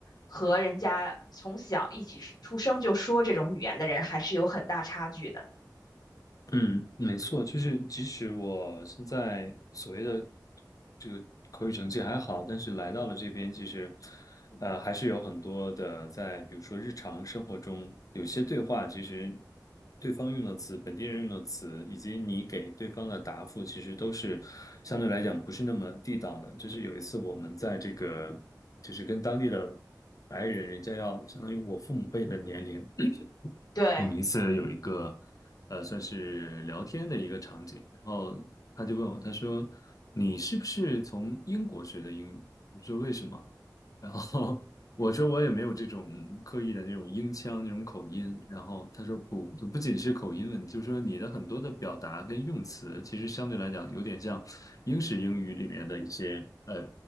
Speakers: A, on the left; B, on the left.
A: 和人家从小一起出生就说这种语言的人还是有很大差距的。
B: 嗯，没错，就是即使我现在所谓的这个口语成绩还好，但是来到了这边，其实呃还是有很多的在，比如说日常生活中，有些对话其实对方用的词、本地人用的词，以及你给对方的答复，其实都是相对来讲不是那么地道的。就是有一次我们在这个就是跟当地的白人，人家要相当于我父母辈的年龄。
A: 对，
B: 我们一次有一个，呃，算是聊天的一个场景，然后他就问我，他说：“你是不是从英国学的英语？”我说：“为什么？”然后 <laughs> 我说：“我也没有这种刻意的那种英腔那种口音。”然后他说：“不，就不仅是口音问题，就是说你的很多的表达跟用词，其实相对来讲有点像英式英语里面的一些呃